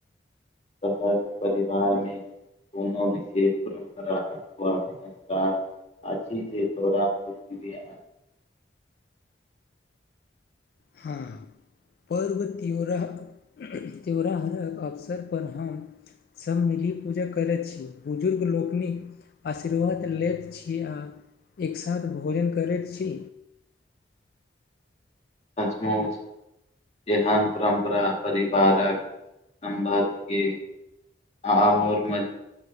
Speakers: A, on the left; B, on the left.
A: त हर परिवारमे कोनो विशेष परम्परा अथवा संस्कार <unintelligible> छी जे तोरा म रूतिया
B: हँ पर्व त्यौहारक अवसरपर हम सभ मिली पूजा करैत छी बुजुर्ग लोकनिक आशीर्वाद लैत छी आ एक साथ भोजन करैत छी
A: <inaudible> सच मौच एहन परम्परा परिवारक सम्बध की आ आर मज